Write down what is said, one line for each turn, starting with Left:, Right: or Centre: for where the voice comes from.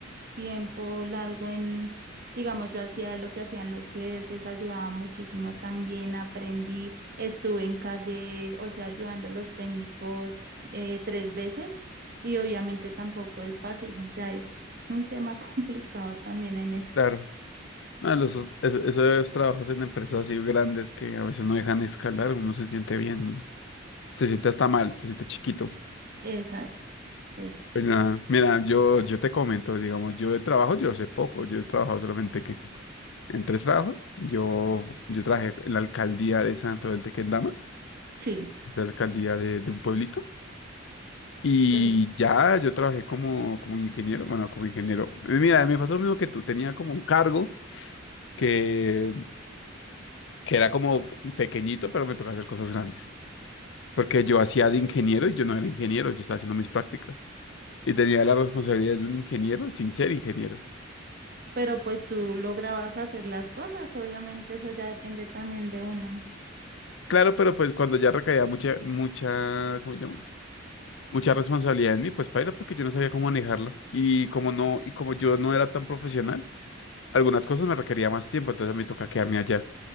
Right: tiempo largo en, digamos, yo hacía lo que hacían los jefes, ayudaba muchísimo también, aprendí, estuve en calle, o sea, ayudando a los técnicos eh, tres veces y obviamente tampoco es fácil, o sea, es un tema <laughs> complicado también en eso.
Left: Claro. No, los, es- esos trabajos en empresas así grandes que a veces no dejan escalar, uno se siente bien, se siente hasta mal, se siente chiquito.
Right: Exacto, es-
Left: Pero nada, mira, yo, yo te comento, digamos, yo de trabajo yo sé poco, yo he trabajado solamente que en tres trabajos, yo, yo trabajé en la alcaldía de Santo del Tequendama,
Right: sí,
Left: la alcaldía de, de un pueblito, y
Right: pero,
Left: ya yo trabajé como, como ingeniero, bueno, como ingeniero. Eh, Mira, me pasó lo mismo que tú, tenía como un cargo que, que era como pequeñito, pero me tocaba hacer cosas grandes. Porque yo hacía de ingeniero y yo no era ingeniero, yo estaba haciendo mis prácticas. Y tenía las responsabilidades de un ingeniero sin ser ingeniero.
Right: pero pues tú lograbas hacer las cosas, obviamente eso ya depende también de uno.
Left: Claro, pero pues cuando ya recaía mucha, mucha, ¿cómo se llama? Mucha responsabilidad en mí, pues paila, porque yo no sabía cómo manejarla. Y como no, y como yo no era tan profesional, algunas cosas me requería más tiempo, entonces me toca quedarme allá.